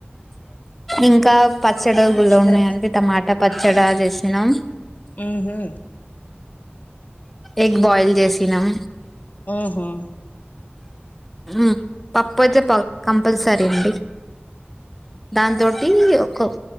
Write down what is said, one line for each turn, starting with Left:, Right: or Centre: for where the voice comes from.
Centre: ఇంకా పచ్చడి గుళ్ళో
Left: ఇంకా
Centre: ఉన్నాయండి టమాటా పచ్చడా చేసినాం
Left: మ్మ్ హు
Centre: ఎగ్ బాయిల్ చేసినాం
Left: హ్మ్ హ్
Centre: హ్మ్ పప్పు అయితే కంపల్సరీ అండి దాంతోటి ఒక